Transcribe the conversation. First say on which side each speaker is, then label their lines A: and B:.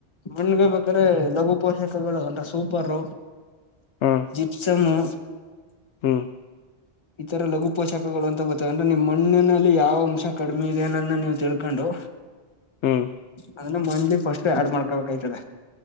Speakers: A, on the left (about 25°); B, on the left (about 85°).
A: ಮಣಗ ಬೇಕ್ರೆ ಲಘು ಪೋಷಕಗಳು ಅಂದ್ರ ಸೂಪರ್
B: ಹ್ಮ್
A: ಜೀಪ್ಸಮು
B: ಹ್ಮ್.
A: ಈತರ ಲಘು ಪೋಷಕಗಳು ಅಂತ ಗೊತ್ತಂದ್ರೆ ನಿಮ್ ಮಣ್ಣಿನಲ್ಲಿ ಯಾವ ಅಂಶ ಕಡಿಮೆ ಇದೆನನ್ನ ನೀವು ತಿಳ್ಕೊಂಡು.
B: ಹ್ಮ್
A: ಅದನ್ನ ಮಂಡಿ ಸ್ಟ್ ಆಡ್ ಮಾಡ್ಕೋಬೇಕಾಗ್ತದೆ.